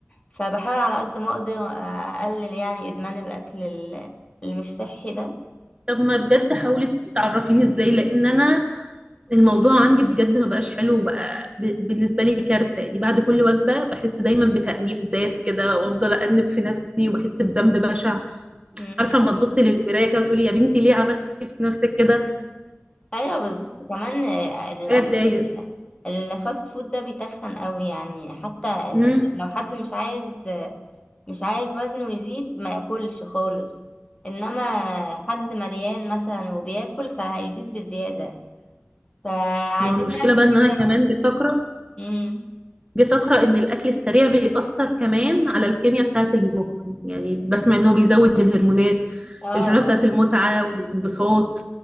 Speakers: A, on the left; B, on the right.
A: فبحاول على قد ما اقدر اقلل يعني ادمان الاكل ال- اللي مش صحي ده
B: طب ما بجد حاولي تعرفيني ازاي لان انا الموضوع عندي بجد ما بقاش حلو وبقى ب- بالنسبه لي كارثه يعني بعد كل وجبه بحس دايما بتانيب ذات كده وافضل انب في نفسي وبحس بذنب بشع
A: مم.
B: عارفه لما تبصي للمرايه كده وتقولي يا بنتي ليه عملت في نفسك كده
A: ايوه بالظبط كمان آه، الاكل
B: حاجه تضايق
A: الفاست فود ده بيتخن قوي يعني حتى ال-
B: امم
A: يعني لو حد مش عايز مش عايز وزنه يزيد ما ياكلش خالص انما حد مليان مثلا وبياكل فهيزيد بزيادة فعايزين
B: ما هو المشكله
A: نعمل
B: بقى ان
A: كده
B: انا كمان جيت اقرا
A: امم
B: جيت اقرا ان الاكل السريع بيأثر كمان على الكيمياء بتاعه المخ يعني بسمع ان هو بيزود الهرمونات
A: اه
B: الهرمونات
A: اه
B: بتاعه المتعه والانبساط